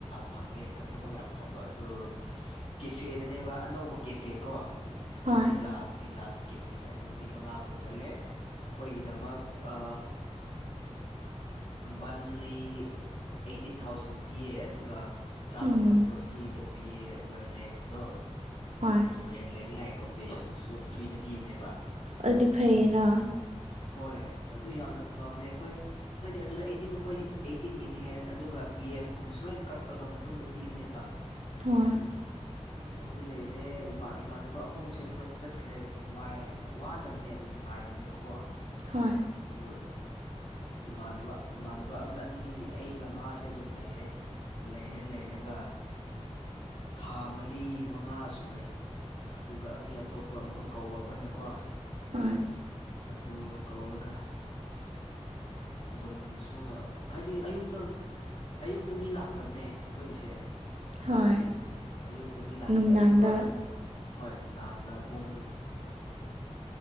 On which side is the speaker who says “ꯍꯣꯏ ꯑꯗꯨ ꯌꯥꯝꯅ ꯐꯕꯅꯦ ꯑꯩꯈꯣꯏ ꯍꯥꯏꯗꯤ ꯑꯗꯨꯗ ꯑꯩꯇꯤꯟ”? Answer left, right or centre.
Left